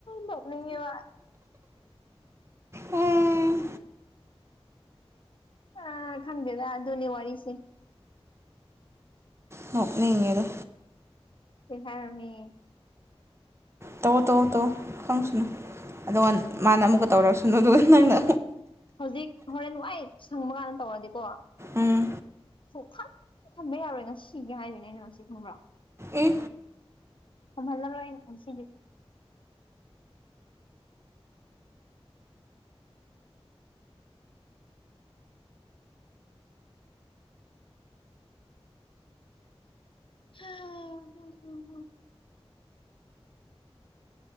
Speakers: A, on the left (about 55°); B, on the right (about 25°).
A: ꯅꯣꯛꯅꯤꯡꯉꯦꯋꯥ
B: ꯑꯦ
A: ꯑ ꯈꯪꯗꯦꯗ ꯑꯗꯨꯅꯦ ꯋꯥꯔꯤꯁꯦ
B: ꯅꯣꯛꯅꯤꯡꯉꯦꯗ
A: ꯏꯟꯁꯥꯡꯅꯣꯃꯤ
B: ꯇꯧꯋꯣ ꯇꯧꯋꯣ ꯇꯧꯋꯣ ꯈꯪꯁꯅꯨ ꯑꯗꯨꯒ ꯃꯥꯅ ꯑꯃꯨꯛꯀ ꯇꯧꯔꯁꯅꯨ ꯑꯗꯨꯒ ꯅꯪꯅ
A: ꯍꯧꯖꯤꯛ ꯍꯣꯔꯦꯟ ꯋꯥꯏ ꯁꯪꯕ ꯀꯥꯟꯗ ꯇꯧꯔꯗꯤꯀꯣ
B: ꯎꯝ
A: ꯁꯨꯡꯊꯝ ꯊꯝꯕ ꯌꯥꯔꯣꯏ ꯉꯁꯤꯒꯤ ꯍꯥꯏꯗꯣꯏꯅꯦ ꯑꯩꯅ ꯉꯁꯤ ꯈꯪꯕ꯭ꯔ
B: ꯑꯦ
A: ꯆꯪꯍꯜꯂꯔꯣꯥꯏ ꯑꯩꯅ ꯉꯁꯤꯗꯤ ꯍꯥ <unintelligible>